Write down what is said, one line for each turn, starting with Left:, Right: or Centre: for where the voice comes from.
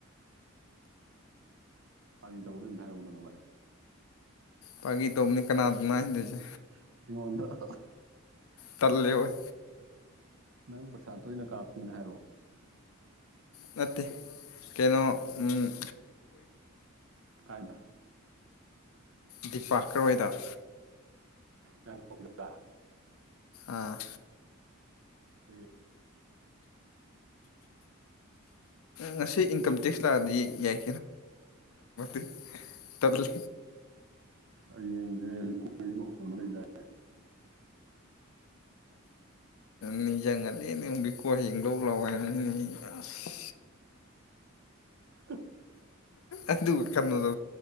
Right: ꯐꯥꯒꯤꯇꯧꯕꯅꯤ ꯑꯝꯇꯪ ꯍꯥꯏꯔꯛꯎꯗꯅ ꯕꯥꯏ꯫
Left: ꯐꯥꯒꯤ ꯇꯧꯕꯅꯤ ꯀꯅꯥꯗꯅ ꯍꯥꯏꯍꯟꯗꯣꯏꯁꯦ꯫
Right: ꯑꯩꯉꯣꯟꯗ ꯫
Left: ꯇꯜꯂ‌ꯦ ꯑꯣꯏ꯫
Right: ꯅꯪ ꯄꯩꯁꯥ ꯇꯣꯏꯅ ꯀꯥꯞꯀꯦꯅ ꯍꯥꯏꯔꯛꯑꯣ꯫
Left: ꯅꯠꯇꯦ ꯀꯩꯅꯣ ꯎꯝ꯫
Right: ꯀꯥꯏꯗ꯫
Left: ꯗꯤꯄꯥ ꯀꯔꯋꯥꯏꯗ ꯫
Right: ꯫
Left: ꯑꯥ꯫
Right: ꯫
Left: ꯉꯁꯤ ꯏꯟꯀꯝ ꯇꯦꯛꯁ ꯂꯥꯛꯑꯗꯤ ꯌꯥꯏ꯫ <unintelligible> ꯇꯜꯂꯤ꯫
Right: ꯍꯌ‌ꯦꯡꯗꯤ ꯔꯤꯀꫭꯒꯤ ꯂꯨꯍꫭꯡꯕ ꯂꯩꯗꯥꯏꯅ‌ꯦ꯫
Left: ꯅꯤꯡꯖꯤꯡꯍꯜꯂ‌ꯦꯅ‌ꯦ ꯑꯃꫭꯛ ꯕꯤꯀꫭ ꯍꯌ‌ꯦ ꯂꯧꯂꯥꯛꯑꯣ ꯍꯥꯏꯕꯅꯤꯅ‌ꯦ ꯑꯁ꯫
Right: ꯫
Left: ꯑꯗꯨꯒ ꯀꯩꯅꯣꯗꯣ